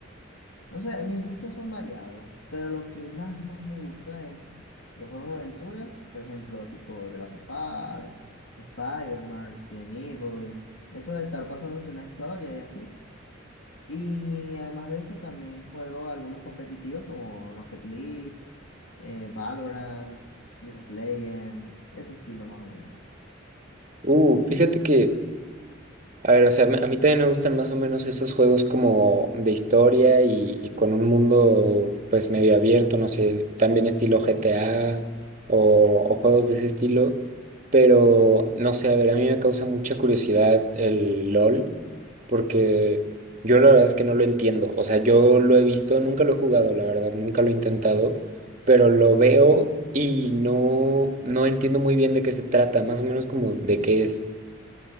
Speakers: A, on the left; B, on the right.
A: No sé, mis gustos son variados, pero lo que más, más me gusta es los juegos de aventura, por ejemplo, tipo The Last of Us, Spider-Man, Resident Evil, eso de estar pasándose una historia y así. Y además de eso, también juego algunos competitivos como Rocket League, eh, Valorant, League of Legends, ese estilo más o menos.
B: Uh, fíjate que A ver, o sea, a mí también me gustan más o menos esos juegos como de historia y, y con un mundo pues medio abierto, no sé, también estilo GTA o, o juegos de ese estilo, pero no sé, a ver, a mí me causa mucha curiosidad el LOL porque yo la verdad es que no lo entiendo, o sea, yo lo he visto, nunca lo he jugado, la verdad, nunca lo he intentado, pero lo veo y no, no entiendo muy bien de qué se trata, más o menos como de qué es.